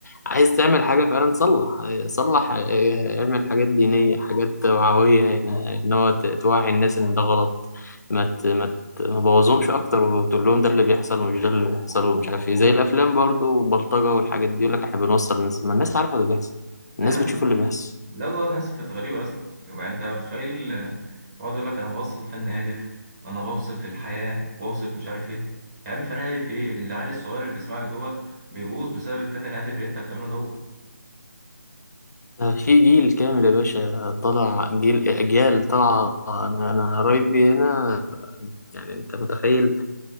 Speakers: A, on the left; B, on the right.
A: عايز تعمل حاجه فعلا صلح صلح آه، اعمل حاجات دينيه حاجات توعويه يعني ان هو ت- توعي الناس ان ده غلط ما ت... ما تبوظهمش اكتر وتقول لهم ده اللي بيحصل ومش ده اللي بيحصل ومش عارف ايه زي الافلام برضو والبلطجه والحاجات دي يقول لك احنا بنوصل للناس ما الناس عارفه اللي بيحصل
B: لا
A: الناس
B: يا عم
A: بتشوف اللي بيحصل
B: لا والله الناس بقت غريبة يا اسطى يعني انت متخيل آه، بقعد يقول لك انا بوصل فن هادف انا بوصف في الحياة بوصف مش عارف ايه يا عم فن هادف ايه العيل الصغير اللي بيسمعك دوت بيبوظ بسبب الفن الهادف اللي انت بتعمله دوت
A: آه، في جيل كامل يا باشا طلع جيل أجيال طلع أنا أنا قرايبي هنا يعني أنت متخيل